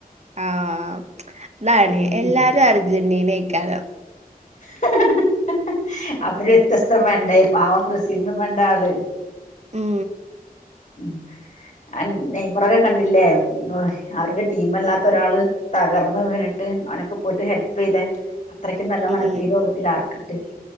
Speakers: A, on the right; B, on the left.
A: ആഹ അതാണ്
B: ഉം
A: എല്ലാരും അർജന്റീനെയ്ക്കാരം
B: ഹ് ഹ്ഹ്ഹ് അവര് വ്യത്യസ്തം വേണ്ടേ പാവം ബ്രസീലിനും വേണ്ടേ ആള്
A: ഉം
B: ഉം <unintelligible> ആ നെയ്മറൊക്കെ കണ്ടില്ലേ അവരുടെ ടീമല്ലാത്ത ഒരാള് തകർന്ന് വീണിട്ട് അവനൊക്കെ പോയിട്ട് ഹെൽപ് ചെയ്തെ അത്രയ്ക്കും നല്ല
A: ഉം
B: മനസ്സിലോകത്തിൽ ആർക്ക്ണ്ട്